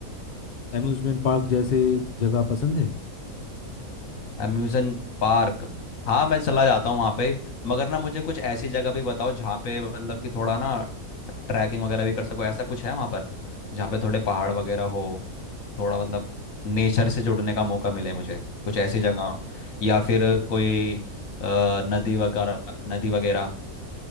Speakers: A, on the left; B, on the left.
A: अम्यूज़मेंट पार्क जैसे जगह पसंद है
B: Amusement park हाँ मैं चला जाता हूँ वहाँ पे मगर ना मुझे कुछ ऐसी जगह भी बताओ जहाँ पे मतलब कि थोड़ा ना ट्रैकिंग वगैरह भी कर सको ऐसा कुछ है वहाँ पर जहाँ पे थोड़े पहाड़ वगैरह हो थोड़ा मतलब नेचर से जुड़ने का मौका मिले मुझे कुछ ऐसी जगह या फिर कोई अ, नदी वगैरह नदी वगैरह